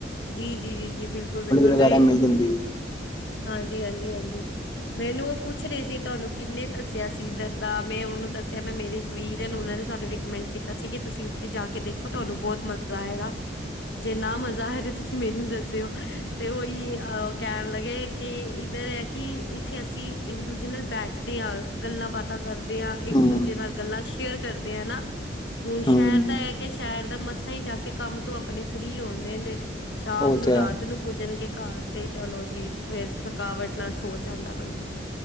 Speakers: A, on the left; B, on the left.
A: ਜੀ- ਜੀ- ਜੀ- ਜੀ, ਬਿਲਕੁਲ- ਬਿਲਕੁਲ,
B: ਵਗੈਰਾ
A: ਮੈਂ
B: ਮਿਲ ਜਾਂਦੀ ਹੈ
A: ਹਾਂਜੀ- ਹਾਂਜੀ- ਹਾਂਜੀ ਮੈਨੂੰ ਉਹ ਪੁੱਛ ਰਹੇ ਸੀ, ਤੁਹਾਨੂੰ ਕਿੰਨੇ ਦੱਸਿਆ ਸੀ ਇੱਧਰ ਦਾ, ਮੈਂ ਉਹਨੂੰ ਦੱਸਿਆ ਮੈਂ ਮੇਰੀ ਵੀਰ ਉਹਨਾਂ ਨੇ ਸਾਨੂੰ ਰਿਕਮੈਂਡ ਕੀਤਾ ਸੀ, ਕਿ ਤੁਸੀਂ ਉੱਥੇ ਜਾ ਕੇ ਦੇਖੋ, ਤੁਹਾਨੂੰ ਬਹੁਤ ਮਜ਼ਾ ਆਏਗਾ। ਜੇ ਨਾ ਮਜ਼ਾ ਆਇਆ ਤੇ ਤੁਸੀਂ ਮੈਨੂੰ ਦੱਸਿਓ, ਤੇ ਉਹੀ ਅਹ ਕਹਿਣ ਲੱਗੇ, ਕਿ ਇੱਧਰ ਐ ਕਿ ਇੱਥੇ ਅਸੀਂ ਇੱਕ ਦੂਜੇ ਨਾਲ ਬੈਠਦੇ ਆਂ, ਗੱਲਾਂ ਬਾਤਾਂ ਕਰਦੇ ਆਂ, ਇੱਕ
B: ਹਮ
A: ਦੂਜੇ ਨਾਲ ਗੱਲਾਂ ਸ਼ੇਅਰ ਕਰਦੇ ਆ ਨਾ, ਹੁਣ
B: ਹਮ
A: ਸ਼ਹਿਰ ਦਾ ਇਹ ਕਿ ਸ਼ਹਿਰ ਦਾ ਮਸ ਹੀ ਜਾ ਕੇ ਕੰਮ ਤੋਂ ਆਪਣੇ ਫ੍ਰਰੀ ਹੋਣ ਦੇ-ਦੇ ਸ਼ਾਮ
B: ਉਹ
A: ਨੂੰ
B: ਤੇ
A: ਰਾਤ
B: ਹੈ
A: ਨੂੰ ਪੁੱਜਣਗੇ ਘਰ, ਤੇ ਚਲੋ ਜੀ ਫੇਰ ਥ ਥਕਾਵਟ ਨਾਲ ਸੋ ਜਾਂਦਾ ਬੰਦਾ,